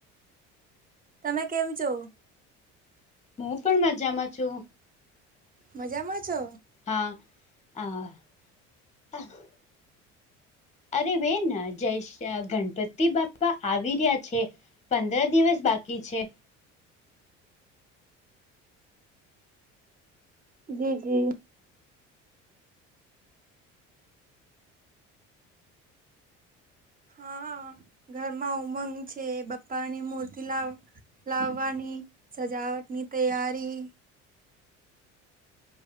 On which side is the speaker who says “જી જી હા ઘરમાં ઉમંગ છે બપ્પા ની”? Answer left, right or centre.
Right